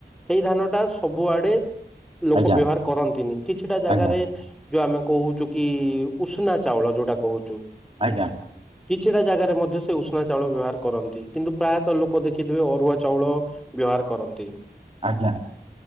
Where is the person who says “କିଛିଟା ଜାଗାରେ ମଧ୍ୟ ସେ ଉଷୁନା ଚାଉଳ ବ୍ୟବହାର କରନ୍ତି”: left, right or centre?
Centre